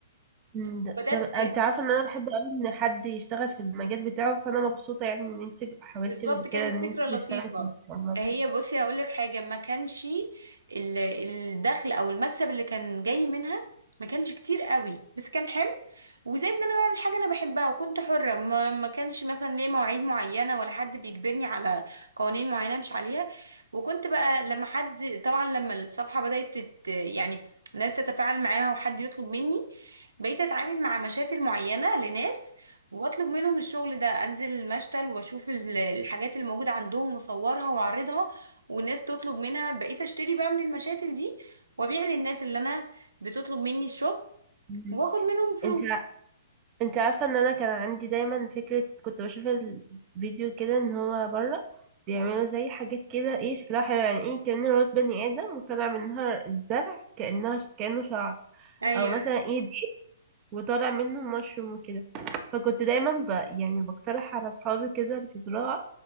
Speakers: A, on the right; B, on the right.
A: مم. ده-
B: وبدأت
A: طب انت عارفه ان انا بحب قوي ان حد يشتغل في المجال بتاعه فانا مبسوطه يعني ان انت حاولتي
B: بالظبط كانت
A: كده ان
B: فكرة
A: انت
B: لطيفة
A: تشتغلي في المجال
B: هي بصي هقول لك حاجة ما كانش ال- الدخل او المكسب اللي كان جاي منها ما كانش كتير قوي بس كان حلو وزائد ان انا بعمل حاجة انا بحبها وكنت حرة ما, ما كانش مثلا ليه مواعيد معينة ولا حد بيجبرني على قوانين معينة مش عليها وكنت بقى لما حد طبعا لما الصفحة بدأت تت يعني الناس تتفاعل معاها وحد يطلب مني بقيت اتعامل مع مشاتل معينة لناس واطلب منهم الشغل ده انزل المشتل واشوف ال- الحاجات اللي موجوده عندهم واصورها واعرضها والناس تطلب منها بقيت اشتري بقى من المشاتل دي وابيع للناس اللي انا بتطلب مني الشغل
A: مم.
B: واخد منهم فلوس
A: انت انت عارفة ان انا كان عندي دايما فكرة كنت بشوف الفيديو كده ان هو بره بيعملوا زي حاجات كده ايه شكلها حلو يعني ايه كأن راس بني ادم وطالع منها الزرع كأنها كأنه شعر
B: ايوه
A: او مثلا ايه دي وطالع منه مشروم وكده فكنت دايما ب... يعني بقترح على اصحابي كده اللي في زراعة